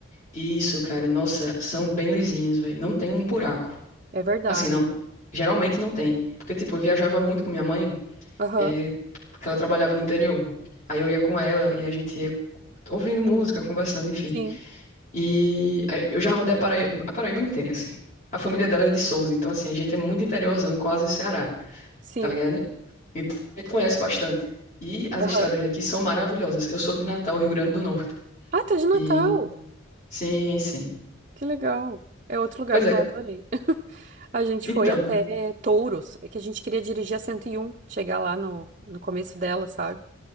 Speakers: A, on the left (about 40°); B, on the right (about 40°).
A: E Isso, cara, nossa, são bem lisinhas, velho. Não tem um buraco.
B: É verdade.
A: Assim, não. Geralmente não tem. Porque, tipo, eu viajava muito com minha mãe,
B: Aham.
A: é, porque ela trabalhava no interior. Aí eu ia com ela e a gente ia ouvindo música, conversando, enfim.
B: Sim,
A: E é, eu já rodei a Paraíba, a Paraíba inteira, assim. A família dela é de Souza, então, assim, a gente é muito interiorzão, quase Ceará,
B: sim.
A: tá ligado? Então, a gente conhece bastante. E as
B: Aham.
A: estradas daqui são maravilhosas. Eu sou de Natal, Rio Grande do Norte.
B: Ah, tá de Natal.
A: E sim, sim.
B: Que legal. É outro lugar
A: Pois
B: que
A: é,
B: eu adorei. <laughs> A gente
A: então,
B: foi até
A: né?
B: Touros. É que a gente queria dirigir a 101, chegar lá no, no começo dela, sabe?